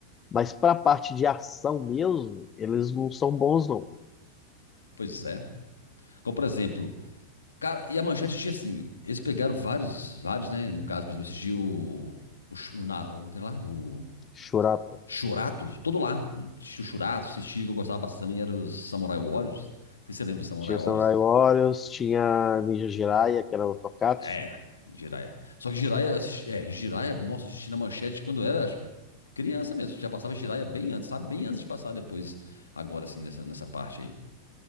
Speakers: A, on the left; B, on the left.
A: mas pra parte de ação mesmo, eles não são bons, não.
B: pois é. Como, por exemplo, cara, e a Manchete tinha, assim, eles pegaram vários, vários, né? No caso, por exemplo, assistiu o, o, Sh- o, na- o, que lá, o
A: Shurata.
B: Shurato, todo lá. Assisti o Shurato, assisti, o que eu gostava bastante também, era os Samurai Warriors. Não sei se você lembra dos Samurai
A: Tinha
B: Warriors.
A: Samurai Warriors, tinha Ninja Jiraiya, que era o Tokatsu.
B: É, Jiraya. Só que Jiraya, eu assisti, é, Jiraya, nossa, eu assisti na manchete quando era criança mesmo. Já passava Jiraya bem antes, sabe? Bem antes de passar depois, agora assim, nessa, nessa parte aí.